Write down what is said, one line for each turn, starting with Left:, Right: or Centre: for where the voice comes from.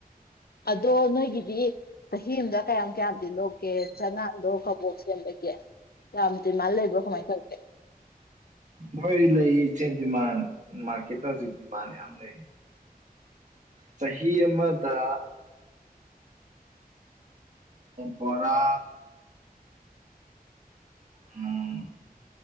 Left: ꯑꯗꯣ ꯅꯣꯏꯒꯤꯗꯤ ꯆꯍꯤ ꯑꯃꯗ ꯀꯌꯥꯝ ꯀꯌꯥꯗꯤ ꯂꯣꯛꯀꯦ ꯆꯅꯥꯟꯗꯣ ꯀꯕꯣꯛ ꯁꯦꯝꯕꯒꯦ ꯌꯥꯝ ꯗꯤꯃꯥꯜ ꯂꯩꯕ꯭ꯔꫭ ꯀꯃꯥꯏꯅ ꯇꯧꯒꯦ
Right: ꯍꯣꯏ ꯂꯩ ꯏꯆꯦ ꯗꯤꯃꯥꯟ ꯃꯥꯔꯀꯦꯠꯇ ꯍꯧꯖꯤꯛ ꯗꯤꯃꯥꯟ ꯌꯥꯝ ꯂꯩ ꯆꯍꯤ ꯑꯃꯗ ꯕꫭꯔꯥ ꯎꯝ